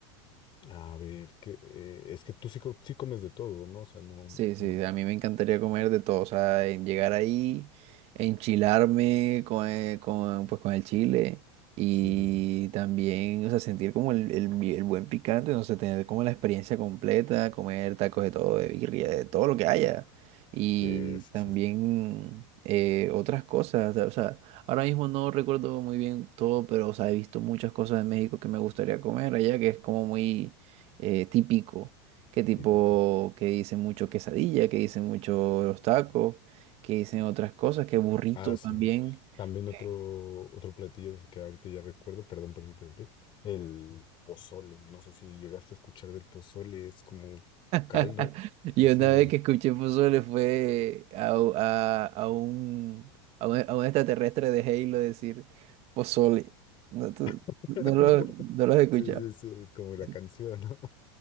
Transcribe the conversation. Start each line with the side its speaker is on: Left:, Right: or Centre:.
Left: a ver, que eh, es que tú sí, co- sí comes de todo, ¿no? O sea, no,
Right: Sí, sí,
Left: no,
Right: a mí me encantaría comer de todo, o sea, en llegar ahí, enchilarme con, eh, con, pues, con el chile y
Left: sí, sí, sí,
Right: también, o sea, sentir como el, el bi- el buen picante, no sé, tener como la experiencia completa, comer tacos de todo, de birria, de todo lo que haya y
Left: Eh, sí,
Right: también
Left: sí,
Right: eh, otras cosas, o sea, ahora mismo no recuerdo muy bien todo, pero, o sea, he visto muchas cosas de México que me gustaría comer allá, que es como muy eh, típico que tipo,
Left: típico.
Right: que dicen mucho quesadilla, que dicen mucho los tacos, que dicen otras cosas, que burrito
Left: Ah, sí.
Right: también.
Left: También otro,
Right: <laughs>
Left: otro platillo que ahorita ya recuerdo, perdón por interrumpir, el pozole. No sé si llegaste a escuchar del pozole, es como un caldo.
Right: Eh,
Left: Ese.
Right: Y una vez que escuché pozole fue a, u- a- a un, a un, a un extraterrestre de Halo decir pozole. No, tú-
Left: <laughs>
Right: no lo,
Left: No.
Right: no lo has escuchado.
Left: Sí, sí, sí, es como la
Right: Sí,
Left: canción, ¿no?